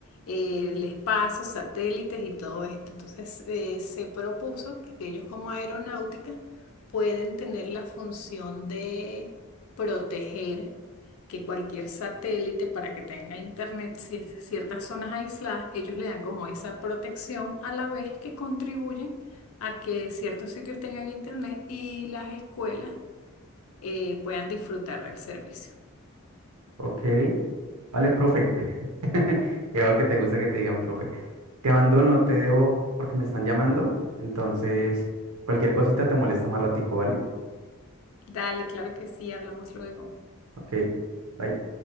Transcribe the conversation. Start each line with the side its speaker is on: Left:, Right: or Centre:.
Left: eh, el espacio, satélites y todo esto. Entonces, eh, se propuso que, que ellos como aeronáutica pueden tener la función de proteger que cualquier satélite para que tenga internet, si ciertas zonas aisladas, ellos le dan como esa protección a la vez que contribuyen a que ciertos sitios tengan internet y las escuelas eh, puedan disfrutar del servicio.
Right: Ok. Vale, profe. <laughs> Que veo que te gusta que te digan, profe. Te abandono, te dejo porque me están llamando. Entonces, cualquier cosita te molesta más ratico, ¿vale?
Left: Dale, claro que sí, hablamos luego.
Right: Ok. Bye.